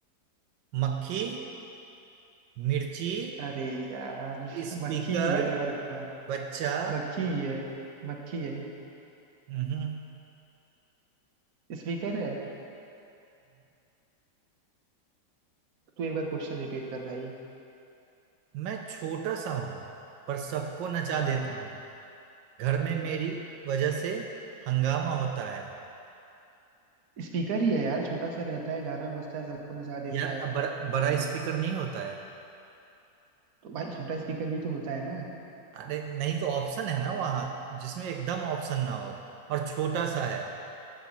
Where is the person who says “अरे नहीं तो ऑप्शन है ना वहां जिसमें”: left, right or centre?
Right